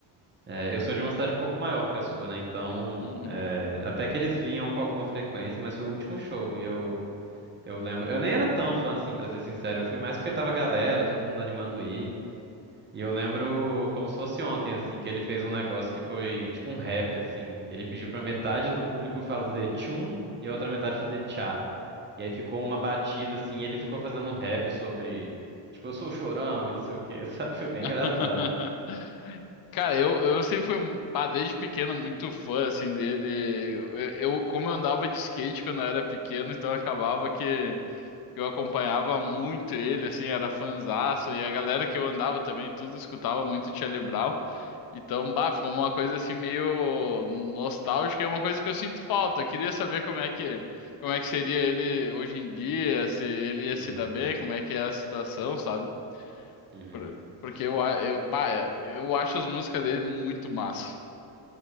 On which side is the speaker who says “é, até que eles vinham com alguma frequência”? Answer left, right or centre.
Right